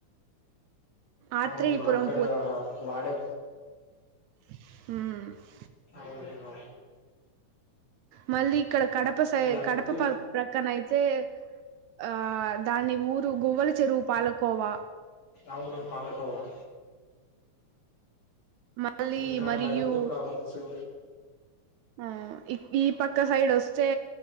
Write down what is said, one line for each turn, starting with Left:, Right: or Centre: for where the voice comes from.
Right: ఆత్రేయపురం
Left: అవును అక్కడా వాడే
Right: హ్ము
Left: అవును అవును
Right: మళ్ళీ ఇక్కడ కడప సై
Left: లడ్డు
Right: కడప పక్ ప్రక్కన అయితే ఆ దాన్ని ఊరు గువ్వల చెరువు పాలకోవా.
Left: అవును పాలకోవా.
Right: మళ్ళీ
Left: ఇంకా
Right: మరియు
Left: లడ్దు కావచ్చు.
Right: ఆ ఇ ఈ పక్క సైడ్ ఒస్తే